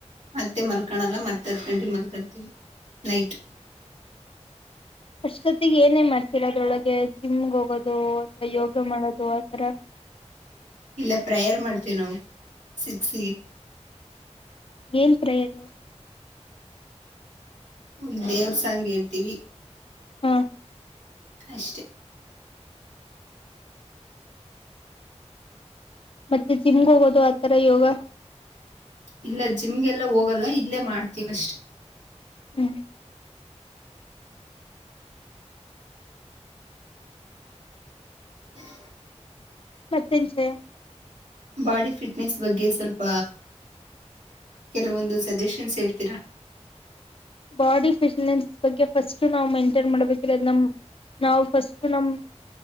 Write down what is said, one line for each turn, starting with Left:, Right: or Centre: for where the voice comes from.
Right: ಮತ್ತೆ ಮಲ್ಕಳಲ್ಲ ಮತ್ತ ಹತ್ ಗಂಟೆ ಮಲ್ಕಂತವಿ ನೈಟ್
Left: ಅಷ್ಟೊತ್ತಿಗೆ ಏನೇ ಮಾಡ್ತಿರಾ ಅದ್ರೊಳಗೆ ಜಿಮ್ಗೆ ಹೋಗೋದು ಯೋಗ ಮಾಡೋದು ರತ್
Right: ಇಲ್ಲ ಪ್ರೇಯರ್ ಮಾಡ್ತೀವಿ ನಾವು ಸಿಕ್ಸಿಗೆ
Left: ಏನ್ ಪ್ರಯರು
Right: ಒಂದ್ ದೇವರು ಸಾಂಗ್ ಇರ್ತೀವಿ
Left: ಹ್ಮ
Right: ಅಷ್ಟೆ
Left: ಮತ್ತೆ ಜಿಮ್ಗೆ ಹೋಗೋದು ತರ ಯೋಗ
Right: ಇಲ್ಲ ಜಿಮ್ಗೆಲ್ಲ ಹೋಗಲ್ಲ ಇಲ್ಲೇ ಮಾಡ್ತೀವ ಅಷ್ಟೇ
Left: ಹ್ಮ್
Right: <unintelligible>
Left: ಮತ್ತೇಂಜೆ
Right: ಬಾಡಿ ಫಿಟ್ನೆಸ್ ಬಗ್ಗೆ ಸ್ವಲ್ಪ ಕೆಲವೊಂದು ಸಜೆಷನ್ಸ್ ಹೇಳ್ತೀರಾ
Left: ಬಾಡಿ ಫಿಟ್ನೆಸ್ ಬಗ್ಗೆ ಫಸ್ಟ್ ನಾವು ಮೇಂಟೈನ್ ಮಾಡ್ಬೇಕಿರೋದ ನಮ ನಾವು ಫಸ್ಟ್ ನಮ